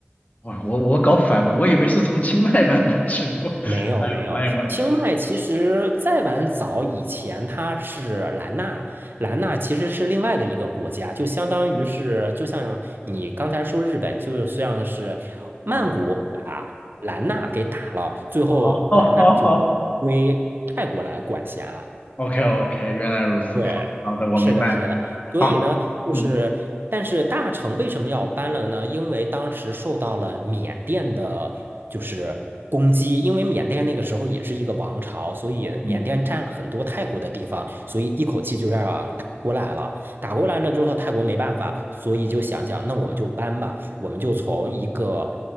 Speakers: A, on the left (about 35°); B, on the right (about 60°).
A: 我我我搞反了，我以为是从清迈搬过去的。<laughs>
B: 没有没有，
A: 哎呦，我也我
B: 清迈其实再往早以前，它是兰纳，兰纳其实是另外的一个国家，就相当于是，就像你刚才说日本，就像是曼谷把兰纳给打了，
A: 啊，
B: 最后兰纳就
A: 好好好
B: 归泰国来管辖。
A: ，OK OK，原来如此，
B: 对，
A: 好好的，我明白了。
B: 是的，是的，所以呢，
A: 好，
B: 就是，
A: 嗯
B: 但是大成为什么要搬了呢？因为当时受到了缅甸的，就是攻击，因为缅甸那个时候也是一个王朝，所以缅甸占了很多泰国的地方，
A: 嗯
B: 所以一口气就这样打过来了。打过来了之后，泰国没办法，所以就想想，那我们就搬吧，我们就从一个，